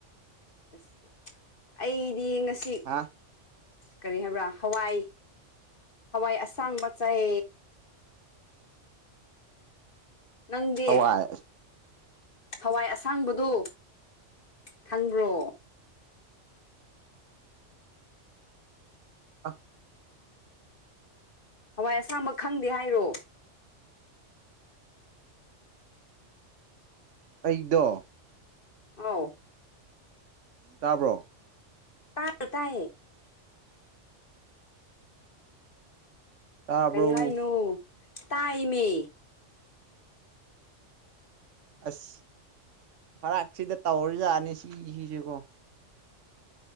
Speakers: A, on the left (about 45°); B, on the right (about 75°).
A: ꯑꯁ ꯑꯩꯗꯤ ꯉꯁꯤ
B: ꯍꯥ
A: ꯀꯔꯤ ꯍꯥꯏꯕ꯭ꯔꯥ ꯍꯋꯥꯏ ꯍꯋꯥꯏ ꯑꯁꯥꯡꯕ ꯆꯥꯏ ꯅꯪꯗꯤ
B: ꯍꯋꯥꯏ
A: ꯍꯋꯥꯏ ꯑꯁꯥꯡꯕꯗꯨ ꯈꯪꯕ꯭ꯔꯣ
B: <unintelligible>
A: ꯍꯋꯥꯏ ꯑꯁꯥꯡꯕ ꯈꯪꯗꯦ ꯍꯥꯏꯔꯣ
B: ꯑꯩꯗꯣ
A: ꯑꯥꯎ
B: ꯇꯥꯕ꯭ꯔꯣ
A: ꯇꯥꯏ ꯇꯥꯏꯌꯦ
B: ꯇꯥꯕ꯭ꯔꯣ
A: ꯀꯩ ꯍꯥꯏꯅꯣ ꯇꯥꯏꯌꯦꯃꯤ
B: ꯑꯁ ꯐꯔꯥꯛ ꯁꯤꯗ ꯇꯧꯔꯖꯥꯅꯤ ꯁꯤꯁꯤ ꯁꯤꯀꯣ